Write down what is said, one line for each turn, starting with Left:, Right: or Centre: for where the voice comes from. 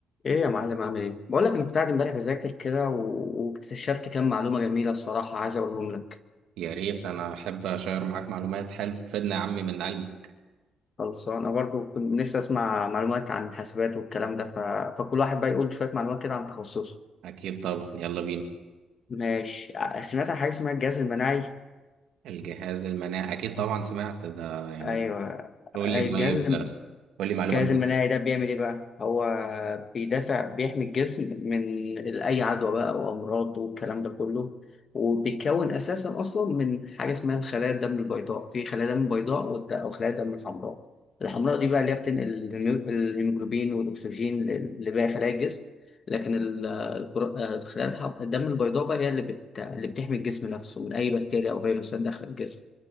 Left: ايه يا معلم عامل ايه بقول لك انا كنت قاعد امبارح بذاكر كده و- واكتشفت كام معلومه جميله الصراحه عايز اقولهم لك
Right: يا ريت انا احب اشير معاك معلومات حلو فدنا يا عم من علمي
Left: خلاص انا برضو كنت نفسي اسمع معلومات عن الحاسبات والكلام ده ف... فكل واحد بقى يقول شويه معلومات كده عن تخصصه
Right: اكيد طبعا يلا بينا
Left: ماشي ع- سمعت عن حاجه اسمها الجهاز المناعي
Right: الجهاز المناعي اكيد طبعا سمعت ده يعني
Left: ايوه
Right: قول
Left: أي
Right: لي طيب
Left: الجهاز الجهاز
Right: قول لي معلومة جديدة
Left: المناعي ده بيعمل ايه بقى؟ هو بيدافع بيحمي الجسم من ال- اي عدوى بقى او امراض والكلام ده كله وبيتكون اساسا اصلا من حاجه اسمها الخلايا الدم البيضاء في خلايا دم بيضاء والد- او خلايا دم الحمراء الحمراء دي بقى اللي هي بتنقل الهيمو- الهيموجلوبين والاكسجين ل- لباقي خلايا الجسم لكن ال- الكر- آه، خلايا الح- الدم البيضاء بقى هي اللي بت... اللي بتحمي الجسم نفسه من اي بكتيريا او فيروسات داخل الجسم